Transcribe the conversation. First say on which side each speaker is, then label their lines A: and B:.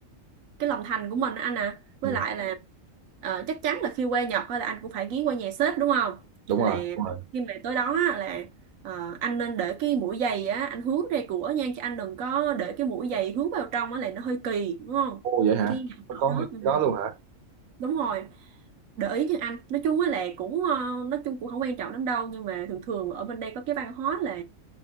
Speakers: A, on the right; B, on the right.
A: cái lòng thành của mình á anh à với
B: ừ.
A: lại là ờ, chắc chắn là khi qua Nhật á là anh cũng phải ghé qua nhà sếp đúng không
B: Đúng
A: là
B: rồi, đúng rồi.
A: khi mà tới đó á, là ờ, anh nên để cái mũi giày á anh hướng ra cửa nha chứ anh đừng có để cái mũi giày hướng vào trong á là nó hơi kỳ đúng không
B: Ô vậy
A: những
B: hả?
A: cái nhà
B: Có
A: ở
B: có
A: đó
B: những cái
A: ừ,
B: đó luôn hả?
A: đúng rồi để ý như anh nói chung á là cũng ờ, nói chung cũng không quan trọng lắm đâu nhưng mà thường thường ở bên đây có cái văn hóa là